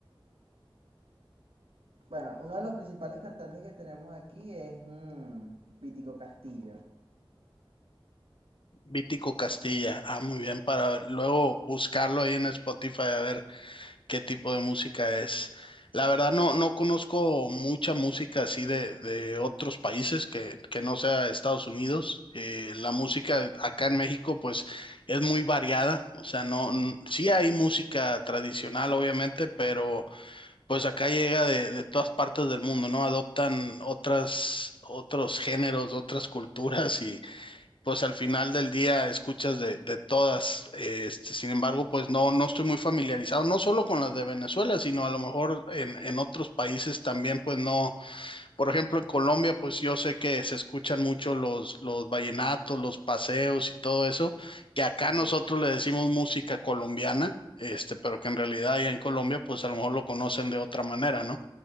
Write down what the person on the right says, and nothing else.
Bueno, uno de los principales cantantes que tenemos aquí es mm, Vítico Castillo.
Sí.